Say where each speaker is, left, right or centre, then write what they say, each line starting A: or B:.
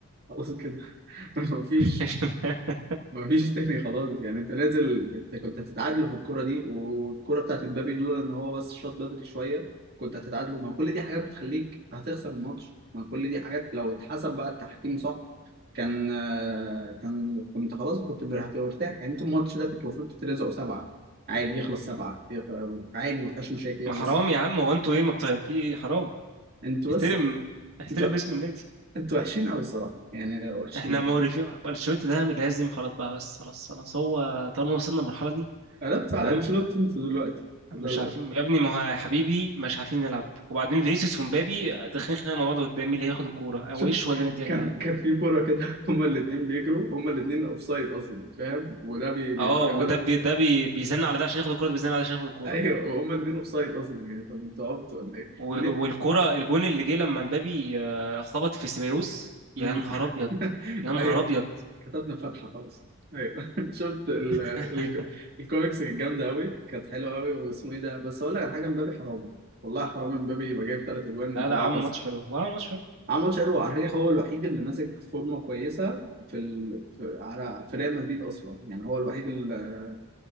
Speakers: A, on the right (about 45°); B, on the right (about 70°).
A: خلاص كده <laughs> مفيش
B: <laughs>
A: مفيش تاني خلاص يعني انت نازل انت كنت هتتعادلوا في الكرة دي والكرة بتاعت امبابي لولا ان هو بس شاط بدري شوية كنت هتتعادلوا ما كل دي حاجات بتخليك هتخسر الماتش ما كل دي حاجات لو اتحسب بقى التحكيم صح كان آه، كان كنت خلاص كنت بر- هتبقى مرتاح يعني انتوا الماتش ده كنتوا المفروض تترزقوا سبعة عادي يخلص سبعة يخ- عادي ما فيهاش مشاكل يخلص
B: ما حرام يا عم هو انتوا ايه ما بت... في حرام
A: انتوا
B: احترم
A: بس
B: احترم
A: انتوا
B: اسم النادي
A: انتوا وحشين قوي الصراحة يعني وحشين
B: احنا معرفين انشيلوتي ده من لازم خلاص بقى بس خلاص خلاص هو طالما وصلنا المرحله دي
A: قلبتوا
B: تمام
A: على انشيلوتي انتوا دلوقتي
B: مش
A: ده
B: عارفين يا ابني ما هو يا حبيبي مش عارفين نلعب وبعدين فينيسيوس ومبابي آه، داخلين خناقه مع بعض قدامي اللي هياخد الكوره
A: شفت
B: هو ايه الشغل ده انت يا
A: كان
B: جدعان
A: كان في كوره كده <laughs> هما الاثنين بيجروا هما الاثنين اوف سايد اصلا فاهم وده بي... بيحاول
B: اه
A: ياخدها
B: وده بي ده بي بيزن على ده عشان ياخد الكوره ده بيزن على ده عشان ياخد الكوره
A: ايوه هما الاثنين اوف سايد اصلا يعني طب انتوا عبتوا ولا ايه؟
B: و-
A: من... إيه؟
B: والكوره الجون اللي جه لما مبابي آه، خبط في سيبايوس
A: مم.
B: يا نهار ابيض
A: <laughs>
B: يا نهار
A: ايوه
B: ابيض
A: كتبنا فتحه خلاص ايوه <laughs> شفت ال...
B: <laughs>
A: ال... الكوميكس كانت جامده قوي كانت حلوه قوي واسمه ايه ده بس اقول لك على حاجه مبابي حرام والله حرام مبابي يبقى جايب ثلاث اجوان
B: لا
A: وطلعها
B: لا عمل ماتش حلو هو عمل ماتش حلو
A: عمل ماتش حلو على فكره هو الوحيد اللي ماسك فورمه كويسه في ال... في على في ريال مدريد اصلا يعني هو الوحيد اللي